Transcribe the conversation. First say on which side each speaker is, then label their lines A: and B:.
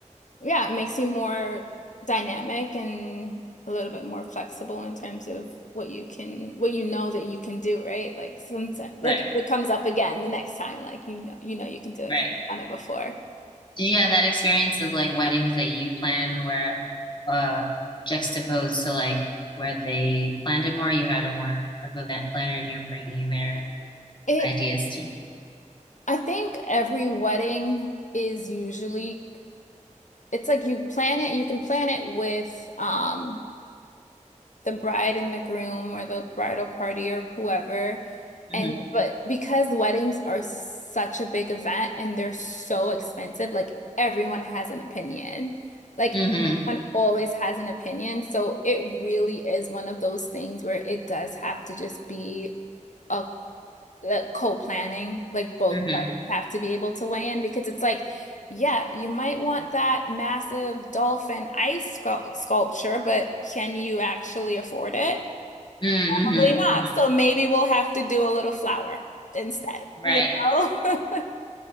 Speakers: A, on the left; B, on the left.
A: yeah, it makes you more dynamic and a little bit more flexible in terms of what you can, what you know that you can do, right? Like sometimes, like
B: Right,
A: if it comes up again the next time, like you know, you know you can do it
B: right.
A: because you've done it before.
B: Did you have that experience of like weddings that you plan where uh juxtaposed to like where they planned it more, you had a more of event planner and you're bringing their
A: It,
B: ideas to.
A: I think every wedding is usually, it's like you plan it, you can plan it with um the bride and the groom or the bridal party or whoever.
B: Mm-hmm.
A: And but because weddings are such a big event and they're so expensive, like everyone has an opinion. Like
B: Mm-hmm.
A: everyone always has an opinion. So it really is one of those things where it does have to just be a the co-planning, like both
B: Mm-hmm.
A: parties have to be able to weigh in because it's like, yeah, you might want that massive dolphin ice sculp- sculpture, but can you actually afford it?
B: Mm-hmm.
A: Probably
B: Mm-hmm.
A: not.
B: Mm-hmm.
A: So maybe we'll have to do a little flower instead,
B: Right.
A: you know? <laughs>